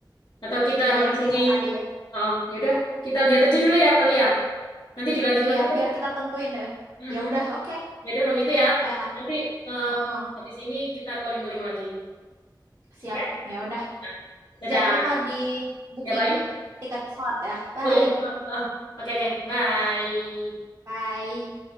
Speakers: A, on the left (about 65°); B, on the right (about 40°).
A: Atau kita
B: Iya,
A: habis
B: yang desa
A: ini
B: Sade ya.
A: oh ya udah kita lihat aja dulu ya kali ya. Nanti dilanjut
B: Iya,
A: lagi deh.
B: biar
A: <laughs>
B: kita tentuin ya.
A: Mhm.
B: Ya udah, oke.
A: Ya udah kalau gitu ya.
B: Ya,
A: Nanti em,
B: oh,
A: habis ini kita calling-calling lagi.
B: siap.
A: Oke?
B: Ya udah.
A: Nah, Dadah.
B: Jangan lupa di booking
A: Ya, bye.
B: tiket pesawat ya. Bye.
A: Oh iya. Oh, oh. Oke, oke. Bye.
B: Bye.